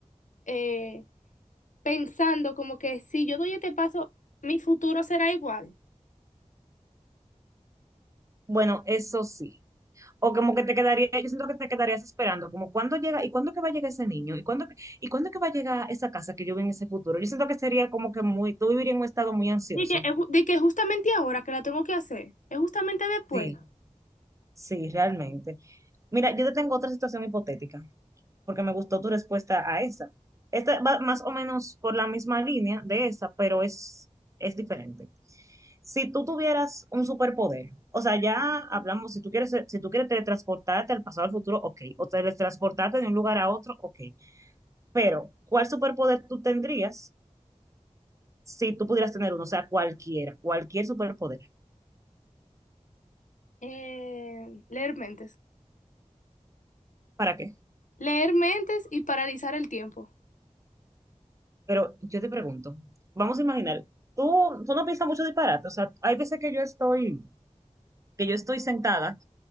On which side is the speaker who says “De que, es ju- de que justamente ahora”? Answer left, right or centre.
Left